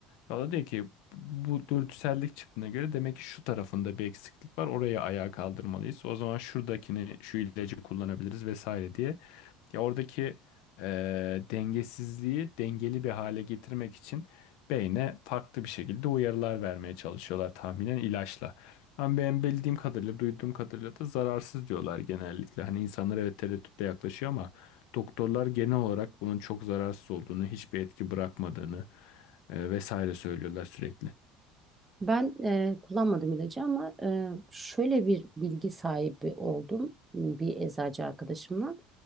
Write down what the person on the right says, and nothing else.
Ben e, kullanmadım ilacı ama e, şöyle bir bilgi sahibi oldum bir eczacı arkadaşımla.